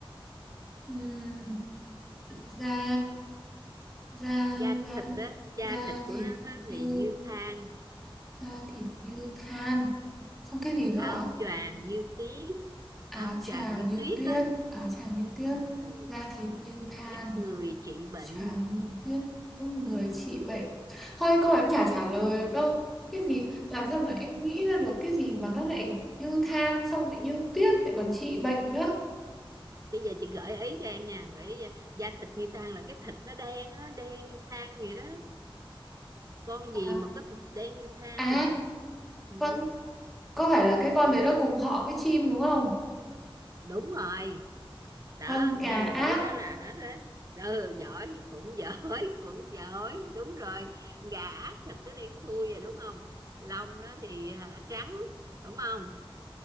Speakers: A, in the centre; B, on the right.
A: ừm, Da Da
B: da
A: Da
B: thịt á da
A: Da
B: thịt của
A: thịt
B: nó á
A: như
B: thì như than
A: Da thịt như than Xong cái gì nữa à
B: áo choàng như tuyết
A: Áo
B: áo
A: choàng
B: choàng như
A: như
B: tuyết
A: tuyết
B: á
A: Áo choàng như tuyết
B: ừ.
A: Da thịt như than
B: giúp người trị bệnh
A: Chả mình biết có người trị bệnh. Thôi câu em chả trả lời được đâu. Cái gì làm sao mà em nghĩ ra được cái gì mà nó lại như than xong lại như tuyết lại còn trị bệnh nữa.
B: bây giờ chị gợi ý cho em nha gợi ý cho. da thịt như than là cái thịt nó đen á đen như than vậy đó con gì
A: À,
B: mà có thịt đen như than
A: à
B: nè ừ.
A: con có phải là cái con đấy nó cùng họ với chim đúng không?
B: đúng rồi đó
A: Con gà
B: hai gợi
A: ác.
B: ý đó là hết đó ừ giỏi cũng giỏi <laughs> cũng giỏi đúng rồi gà ác thịt nó đen thui rồi đúng không lông nó thì hả, trắng đúng không